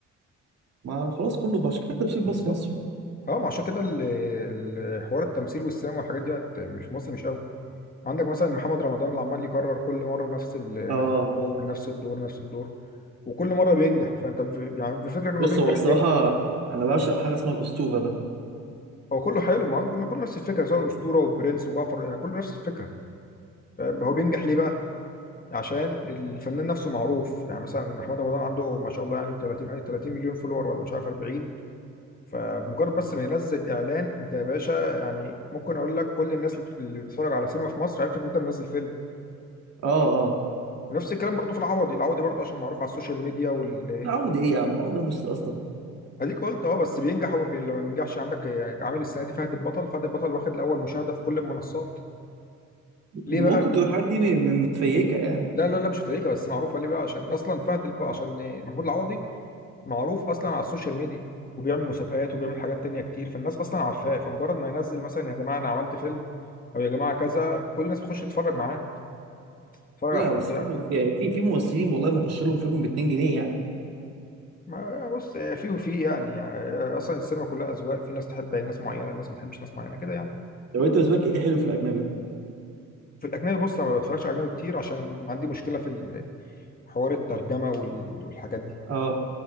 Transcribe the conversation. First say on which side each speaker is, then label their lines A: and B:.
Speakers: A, on the right; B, on the left.
A: ما خلاص كله بقى عشان كده تمثيل باص
B: بالظبط
A: مصر
B: اه ما عشان كده ال- ال- حوار التمثيل والسينما والحاجات دي بقت مش في مصر مش قوي عندك مثلا محمد رمضان اللي عمال يكرر كل مره نفس ال...
A: اه
B: نفس الدور نفس الدور نفس الدور وكل مره بينجح فانت ب- يعني بفكرك انه
A: بص
B: بينجح
A: هو الصراحه
B: ليه؟
A: انا بعشق حاجه اسمها الاسطوره ده
B: هو كله حلو ما هو إن كله نفس الفكره سواء الاسطوره والبرنس وجعفر يعني كله نفس الفكره فاهم هو بينجح ليه بقى؟ عشان الفنان نفسه معروف يعني مثلا محمد رمضان عنده ما شاء الله يعني 30 أي 30 مليون فولور ولا مش عارف 40 فمجرد بس ما ينزل اعلان انت يا باشا يعني ممكن اقول لك كل الناس اللي بت- اللي بتتفرج على سينما في مصر عرفت ان انت منزل فيلم
A: اه اه
B: ونفس الكلام برضو في العوضي العوضي برضو عشان معروف على السوشيال ميديا وال
A: لا عودي ايه يا عم عودي مصر اصلا
B: اديك قلت اه بس بينجح وما بي... لما بينجحش عندك يعني عامل السنه دي فهد البطل فهد البطل واخد الاول مشاهده في كل المنصات ليه
A: ممكن
B: بقى
A: تبقى الحاجات دي م- م- متفيكه يعني
B: لا لا لا مش فريكه بس معروفه ليه بقى عشان اصلا فهد الب... عشان محمود العوضي معروف اصلا على السوشيال ميديا وبيعمل مسابقات وبيعمل حاجات تانية كتير فالناس اصلا عارفاه فمجرد ما ينزل مثلا يا جماعه انا عملت فيلم او يا جماعه كذا كل الناس بتخش تتفرج معاه تتفرج
A: لا
B: على حد
A: بس
B: يعني
A: فيلم في في في ممثلين والله ما اخش لهم فيلم ب 2 جنيه يعني
B: ما بص في وفي يعني, يعني اصلا السينما كلها اذواق في ناس تحب ناس معينه ناس ما تحبش ناس معينه كده يعني
A: لو انت بالنسبه لك ايه حلو في الاجنبي
B: في الاجنبي بص انا ما بتفرجش على اجنبي كتير عشان عندي مشكله في ال- حوار الترجمه وال- والحاجات دي
A: اه